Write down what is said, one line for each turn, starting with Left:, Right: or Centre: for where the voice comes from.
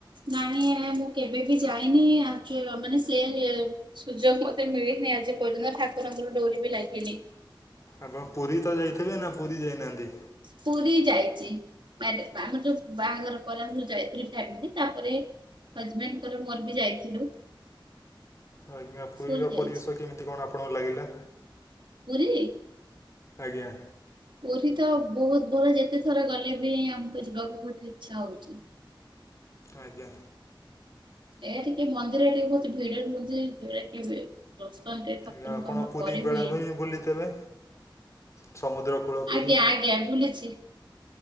Right: ନଣୀ କେବେ ବି ଯାଇନି ମାନେ ସେ ସୁଯୋଗ ମତେ ମିଳିନି ଆଜି ପରିନ୍ଦ୍ର ଠାକୁର ତା ଡରି ବି ଲାଗିନି।
Left: ଆପଣ ପୁରୀ ତ ଯାଇଥିବେ ନା ପୁରୀ ଯାଇନାହାନ୍ତି?
Right: ପୁରୀ ଯାଇଛି। ଆମର ଯୋଉ ବାହାଘର ପରେ ମୁ ଯାଇଥିଲି ଫ୍ୟାମିଲି ତାପରେ ହଜବେଣ୍ଡଙ୍କର ମୋର ବି ଯାଇଥିଲୁ।
Left: ଆଜ୍ଞା ପୁରୀର
Right: ପୁରୀ ଯାଇଛି
Left: ପରିବେଶ କେମିତି କଣ ଆପଣଙ୍କୁ ଲାଗିଲା?
Right: ପୁରୀ
Left: ଆଜ୍ଞା।
Right: ପୁରୀ ତ ବହୁତ ଭଲ ଯେତେ ଥର ଗଲେ ବି ଆମକୁ ଯିବାକୁ ବହୁତ ଇଛା ହଉଛି।
Left: ଆଜ୍ଞା।
Right: ଏ ଟିକେ ମନ୍ଦିରରେ ଟିକେ ବହୁ ଭିଡ ରୁହନ୍ତି ସେରା କେବେ ଦର୍ଶନ ଠାକୁରଙ୍କୁ
Left: ଆଜ୍ଞା ଆପଣ
Right: ଆମର
Left: ପୁରୀ
Right: କରିହୁଏନି।
Left: ବେଳାଭୂମି ବୁଲିଥିବେ? ସମୁଦ୍ର କୂଳ ପୁରୀ
Right: ଆଜ୍ଞା ଆଜ୍ଞା ଭୁଲିଛି।